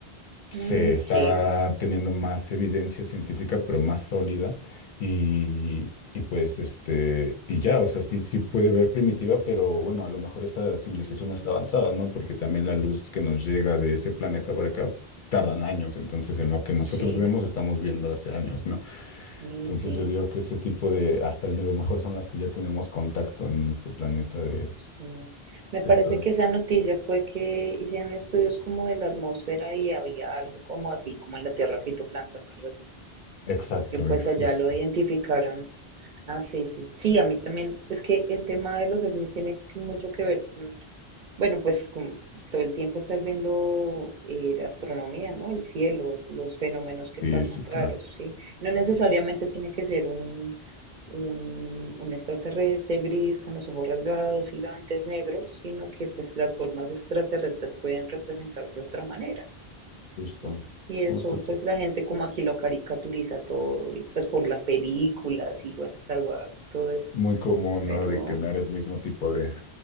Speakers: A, on the left (about 60°); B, on the right (about 55°).
A: se
B: Mm,
A: está
B: sí,
A: teniendo más evidencia científica, pero más sólida. Y, y pues, este, y ya, o sea, sí, sí puede ver primitiva, pero bueno, a lo mejor esta civilización
B: ujú,
A: está avanzada, ¿no? Porque también la luz que nos llega de ese planeta para acá tardan años. Entonces, en lo que nosotros
B: sí,
A: vemos, estamos viendo hace años, ¿no?
B: sí,
A: Entonces,
B: sí.
A: yo digo que ese tipo de, hasta a lo mejor son las que ya tenemos contacto en este planeta de,
B: Sí, me parece
A: de todas.
B: que esa noticia fue que hicieron estudios como de la atmósfera y había algo como así, como en la tierra fitoplancton o algo así,
A: Exacto,
B: y que pues allá
A: justo.
B: lo identificaron. Ah, sí, sí. Sí, a mí también, es que el tema de los ovnis tiene que- mucho que ver, bueno, pues con todo el tiempo estar viendo eh, la astronomía, ¿no? El cielo, los fenómenos
A: Sí,
B: que pasan
A: sí, claro.
B: raros, ¿sí? No necesariamente tiene que ser un, un, un extraterrestre gris con los ojos rasgados, gigantes, negros, sino que pues las formas extraterrestres pueden representarse de otra manera,
A: Justo,
B: ¿sí? Y eso
A: justo.
B: pues la gente como aquí lo caricaturiza todo, y pues por las películas y bueno, Star Wars todo eso,
A: Muy común,
B: pero...
A: ¿no? De tener el mismo tipo de,